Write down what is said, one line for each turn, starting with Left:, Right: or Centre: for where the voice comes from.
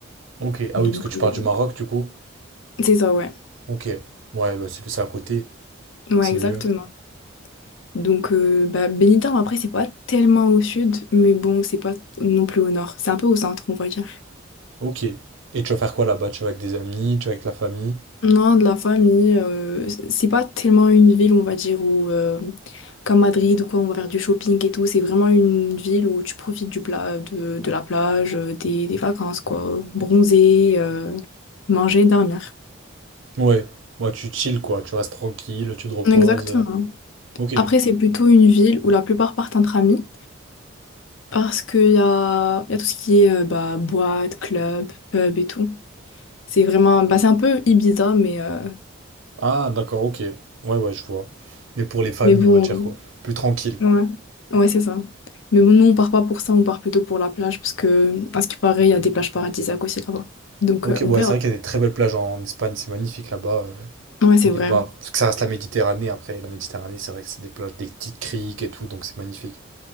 Right: Ok. Ah
Left: Donc,
Right: oui, parce que tu
Left: euh,
Right: pars du Maroc, du coup.
Left: c'est ça, ouais.
Right: Ok. Ouais, bah c'est c'est à côté,
Left: Ouais,
Right: c'est
Left: exactement.
Right: mieux.
Left: Donc, euh, bah, Benidorm, après, c'est pas tellement au sud, mais bon, c'est pas non plus au nord. C'est un peu au centre, on va dire.
Right: Ok. Et tu vas faire quoi là-bas? Tu vas avec des amis, tu vas avec la famille?
Left: Non, de la famille, euh, c'est pas tellement une ville, on va dire, où, euh, comme Madrid, ou quoi, on va faire du shopping et tout. C'est vraiment une ville où tu profites du pla de, de la plage, euh, des, des vacances, quoi. Bronzer, euh, manger, dormir.
Right: Ouais. Ouais, tu chill quoi, tu restes tranquille, tu te reposes.
Left: Exactement.
Right: Ok.
Left: Après, c'est plutôt une ville où la plupart partent entre amis parce qu'il y a, y a tout ce qui est euh, bah, boîte, club, pub et tout. C'est vraiment, bah, c'est un peu Ibiza, mais, euh,
Right: Ah, d'accord, ok. Ouais, ouais, je vois. Mais pour les familles,
Left: mais bon,
Right: on va dire quoi? Plus tranquille.
Left: ouais, ouais, c'est ça. Mais bon, nous, on part pas pour ça, on part plutôt pour la plage parce que, à ce qui paraît, il y a des plages paradisiaques aussi là-bas. Donc,
Right: Ok,
Left: euh, on
Right: ouais,
Left: verra.
Right: c'est vrai qu'il y a des très belles plages en Espagne, c'est magnifique là-bas. euh,
Left: Ouais, c'est
Right: Il y a
Left: vrai.
Right: des bah, parce que ça reste la Méditerranée après. La Méditerranée, c'est vrai que c'est des plages, des petites criques et tout, donc c'est magnifique.